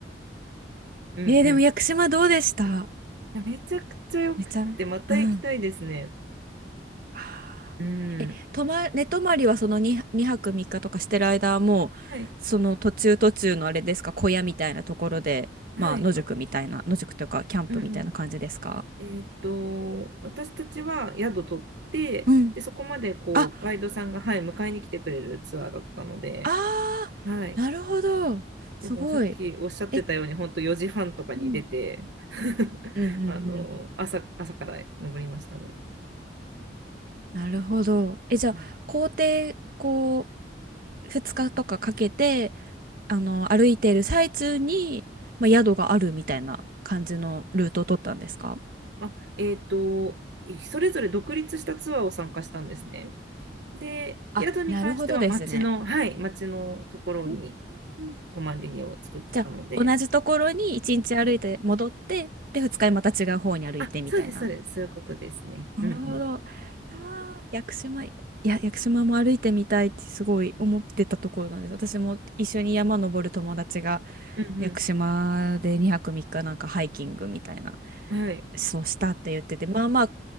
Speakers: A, on the right; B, on the right.
A: <laughs>
B: うんうん。
A: えーでも屋久島どうでした
B: いや、めちゃくちゃよくって、
A: めちゃめ、
B: また行きたいですね。
A: うん。あーえ、
B: うん。
A: 泊ま、寝泊まりはその2、2泊3日とかしてる間はもう、
B: はい。
A: その途中途中のあれですか、小屋みたいなところで、
B: はい。
A: まあ、野宿みたいな、
B: あ、
A: 野宿というか、キャンプみたいな感じですか
B: うんうん。えっと、私たちは宿取って、
A: うん。
B: で、そこまでこう、
A: あ
B: ガイドさんが、はい、迎えに来てくれるツアーだったので、
A: あ
B: はい。
A: あ、なるほど。すごい。
B: でもさっきおっしゃってたように、
A: え、
B: 本当4時半とかに出て、
A: うん、
B: <laughs>
A: うんうんうん。
B: あの、朝、朝から登りましたね。
A: なるほど。え、じゃあ、
B: うん
A: 校程、こう、2日とかかけて、あの、歩いている最中に、まあ、宿があるみたいな感じのルートを取ったんですか
B: あ、えっと、それぞれ独立したツアーを参加したんですね。で、
A: あ、
B: 宿に関しては町の、
A: なるほどですね。
B: はい、町のところに
A: うんうん
B: 泊まりを作ってたので、
A: じゃあ、同じところに1日歩いて戻って、で、2日にまた違う方に歩いてみたいな
B: あ、そうです、そうです、そういうことですね。
A: なるほど。
B: うんうん。
A: ああ、屋久島、いや、屋久島も歩いてみたいってすごい思ってたところなんです。私も一緒に山登る友達が
B: うん
A: 屋久島で2泊3日なんかハイキングみたいな、
B: うん。はい。
A: そうしたって言ってて、まあまあ、